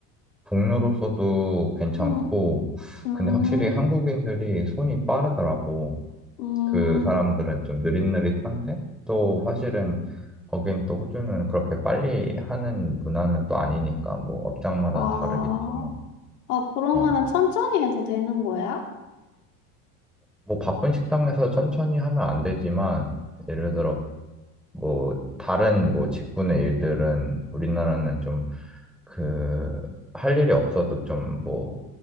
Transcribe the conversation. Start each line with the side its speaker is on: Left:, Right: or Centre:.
Centre: 동료로서도 괜찮고,
Left: 응, 음,
Centre: 근데 확실히 한국인들이 손이 빠르더라고.
Left: 음.
Centre: 그 사람들은 좀 느릿느릿한데, 또 사실은 거긴 또 호주는 그렇게 빨리 하는 문화는 또 아니니까, 뭐 업장마다
Left: 아,
Centre: 다르겠지만,
Left: 아, 그러면은
Centre: 어,
Left: 천천히 해도 되는 거야?
Centre: 뭐 바쁜 식당에서 천천히 하면 안 되지만, 예를 들어 뭐 다른 뭐 직군의 일들은 우리나라는 좀 그 할 일이 없어도 좀 뭐